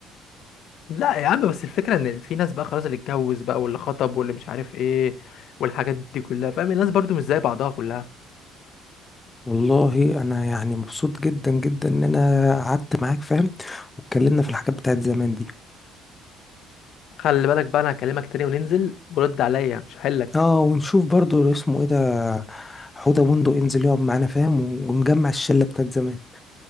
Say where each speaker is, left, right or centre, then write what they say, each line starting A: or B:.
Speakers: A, on the left (about 60°); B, on the left (about 15°).
A: لا يا عم بس الفكره ان في ناس بقى خلاص اللي اتجوز بقى واللي خطب واللي مش عارف ايه والحاجات دي كلها فاهم الناس برضو مش زي بعضها كلها
B: والله انا يعني مبسوط جدا جدا ان انا قعدت معاك فاهم واتكلمنا في الحاجات بتاعت زمان دي
A: خلي بالك بقى انا هكلمك تاني وننزل ورد عليا مش هحلك
B: اه ونشوف برضو اسمه ايه ده حوده بندق ينزل يقعد معانا فاهم ونجمع الشله بتاعت زمان